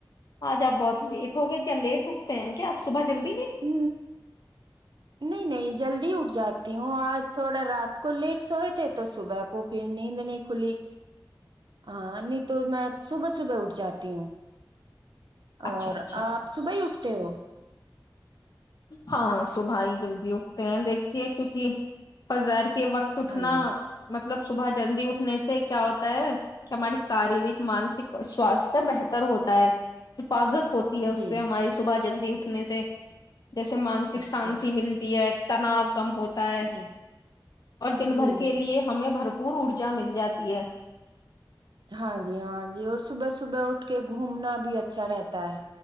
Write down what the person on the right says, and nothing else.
ہ نہیں نہیں جلدی اٹھ جاتا ہوں آج تھوڑا رات کو لیٹ سوئے تھے تو صبح کو پھر نیند نہیں کھلی ہ نہیں تو میں صبح صبح اٹھ جاتی ہوں
اور
آپ صبح ہی اٹھتے ہو
ہاں جی
جی
اچھا
جی
جی
جی
جی
ہاں جی ہاں جی اور صبح صبح اٹھ کے گھومنا بھی اچھا رہتا ہے